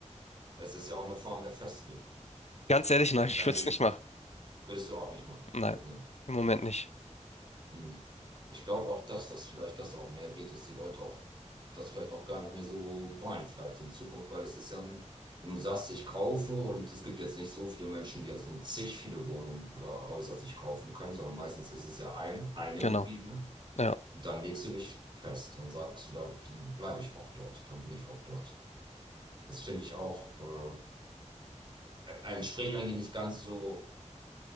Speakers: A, on the right; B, on the left.
A: Es ist ja auch eine Form der Festlegung.
B: Ganz ehrlich, nein, ich
A: Wenn
B: würde
A: du,
B: es nicht machen.
A: würdest du auch nicht machen.
B: Nein,
A: Ne?
B: im Moment nicht.
A: Hm. Ich glaube auch, dass das vielleicht das auch mehr wird, dass die Leute auch das vielleicht auch gar nicht mehr so wollen, vielleicht in Zukunft, weil es ist ja, ein, wenn du sagst, ich kaufe und es gibt jetzt nicht so viele Menschen, die jetzt nur zig viele Wohnungen oder Häuser sich kaufen können, sondern meistens ist es ja ein, eine
B: Genau.
A: Immobilie. Und
B: Ja.
A: dann legst du dich fest und sagst du, da, dann bleibe ich auch dort, dann bin ich auch dort. Das finde ich auch, äh, entspricht eigentlich nicht ganz so